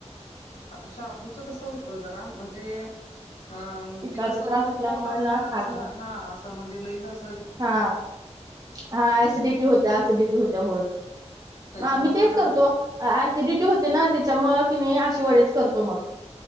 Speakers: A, on the left; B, on the right.
A: शा आबूचं कसं होत जरा म्हणजे अ
B: पित्ताचा
A: ती कसं
B: त्रास
A: म्हणजे
B: असल्यामुळे
A: पोट असं
B: ना
A: गच्च
B: खात
A: झालं
B: नाही.
A: हा असं म्हणजे लईच अस
B: हा हा ऍसिडिटी
A: ते
B: होत्या सिडिटी होत्या हो
A: त्याच्यामुळं
B: आ मी तेच
A: ना
B: करतो ऍसिडिटी होते ना त्याच्यामु कि नाही अशी वडेच करतो मग